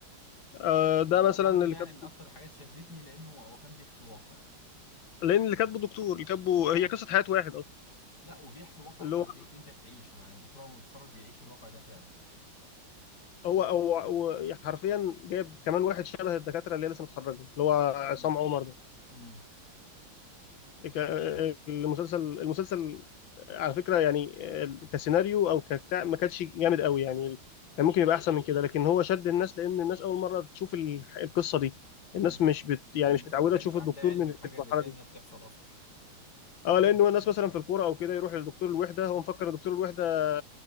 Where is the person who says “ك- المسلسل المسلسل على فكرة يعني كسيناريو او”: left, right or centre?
Left